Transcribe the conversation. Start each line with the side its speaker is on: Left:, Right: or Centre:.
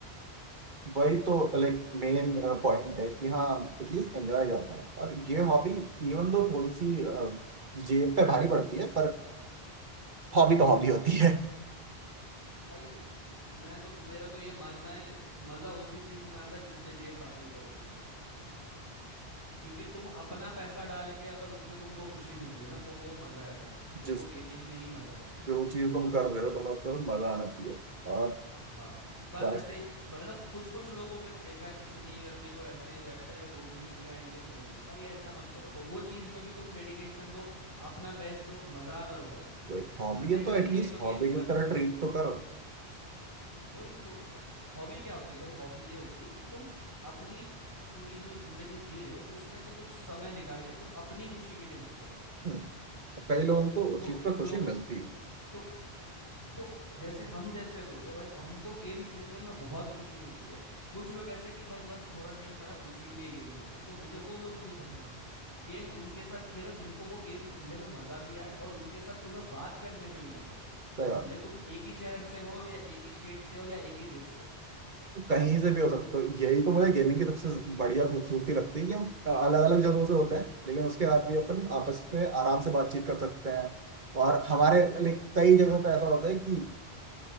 Right: वही तो लाइक मेन पॉइंट है कि हाँ एटलीस्ट एंजॉय करते हैं और ये हॉबी
Left: हाँ
Right: इवन दो थोड़ी सी अ, जेब पे भारी पड़ती है पर हॉबी तो हॉबी होती है
Left: भाई मैं तो मेरा तो ये मानना है मजा उसी चीज में आता है जिसमें जेब भारी पड़ती है भाई क्योंकि तुम अपना पैसा डाल के अगर उसमें तुमको खुशी मिल रही है ना तो वो मजा है भाई तो
Right: जिस
Left: वो गेमिंग में ही मजा है
Right: जो चीज तुम कर रहे हो तुम्हें उस पर मजा आना चाहिए और
Left: हाँ बस
Right: बस
Left: ऐसे ही मतलब कुछ कुछ लोगों को मैंने देखा है कुछ नहीं करने को ऐसे ही बैठे दो मिनट के लिए आएंगे चले जाएंगे भाई ऐसा मत करो तो वो चीज में भी तुम डेडिकेशन दो अपना बेस्ट दो मजा करो यार
Right: वो एक हॉबी
Left: मजे
Right: है
Left: करने
Right: तो एटलीस्ट
Left: के लिए तो गेम्स
Right: हॉबी की
Left: बने
Right: तरह ट्रीट तो करो
Left: वही तो हॉबी क्या होती है भाई हॉबी ये होती है कि तुम अपनी पूरी जो जिंदगी जी रहे हो उसमें से कुछ समय निकाल के तुम अपनी खुशी के लिए कुछ कर रहे हो
Right: हम्म। कई लोगों को उस
Left: तो
Right: चीज पर
Left: लोग
Right: खुशी मिलती है
Left: तो तो जैसे हम जैसे लोग हैं भाई हमको गेम खेलने में बहुत खुशी मिलती है कुछ लोग ऐसे कि भाई बस थोड़ा टाइम पड़ा है, इसीलिए गेम खेलते हैं तो मुझे वो लोग नहीं पसंद भाई गेम उनके साथ खेलो जिनको वो गेम खेलने में मजा भी आए और उनके साथ तुम्हें बात करने में भी मजा आए
Right: सही
Left: तो
Right: बात
Left: भले
Right: है।
Left: तुम एक ही शहर से हो या एक ही स्टेट से हो या एक ही देश से हो
Right: कहीं से भी हो सकते हो यही तो मुझे गेमिंग की सबसे बढ़िया खूबसूरती लगती है कि हम अलग अलग जगहों से होते हैं लेकिन उसके बाद भी अपन आपस में आराम से बातचीत कर सकते हैं और हमारे लाइक कई जगहों पे ऐसा होता है कि